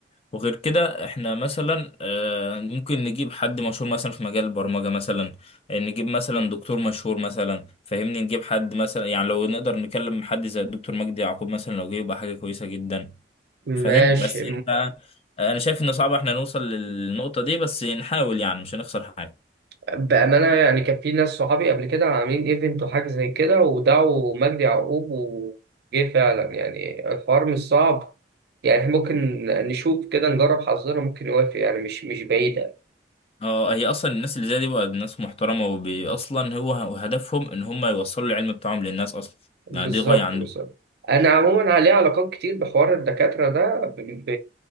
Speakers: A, on the left (about 35°); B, on the right (about 60°).
A: وغير كده احنا مثلا آه، ممكن نجيب حد مشهور مثلا في مجال البرمجة مثلا آه، نجيب مثلا دكتور مشهور مثلا فاهمني نجيب حد مثلا يعني لو نقدر نكلم حد زي الدكتور مجدي يعقوب مثلا لو جه يبقى حاجة كويسة جدا فاهم
B: ماشي
A: بس انت انا شايف ان صعب احنا نوصل للنقطة دي بس نحاول يعني مش هنخسر حاجة
B: بأمانة يعني كان في ناس صحابي قبل كده عاملين ايفنت وحاجة زي كده ودعوا مجدي يعقوب وجه فعلا يعني الحوار مش صعب يعني إحنا ممكن نشوف كده نجرب حظنا ممكن يوافق يعني مش مش بعيدة
A: اه هي اصلا الناس اللي زي دي بقى ناس محترمة وبي اصلا هو هدفهم ان هم يوصلوا العلم بتاعهم للناس اصلا
B: بالظبط
A: يعني دي غاية عندهم
B: بالظبط انا عموما عليه علاقات كتير بحوار الدكاتره ده ب... ب...